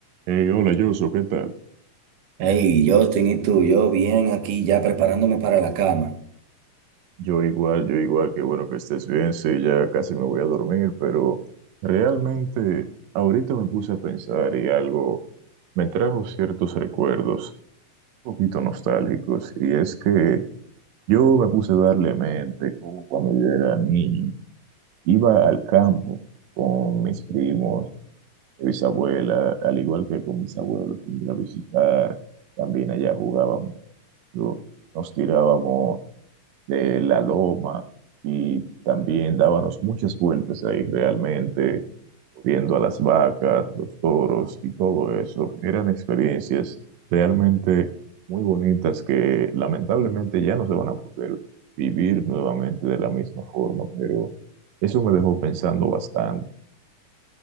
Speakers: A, on the right; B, on the right.
A: Hey, hola, Yoso, ¿qué tal?
B: Hey, Justin, ¿y tú? Yo bien aquí ya preparándome para la cama.
A: Yo igual, yo igual, qué bueno que estés bien, sí, ya casi me voy a dormir, pero realmente ahorita me puse a pensar y algo me trajo ciertos recuerdos un poquito nostálgicos, y es que yo me puse a darle mente como cuando yo era niño, iba al campo con mis primos, mis abuelas, al igual que con mis abuelos, iba a visitar, también allá jugábamos, yo- nos tirábamos. de la loma y también dábamos muchas vueltas ahí realmente, viendo a las vacas, los toros y todo eso. Eran experiencias realmente muy bonitas que lamentablemente ya no se van a poder vivir nuevamente de la misma forma, pero eso me dejó pensando bastante.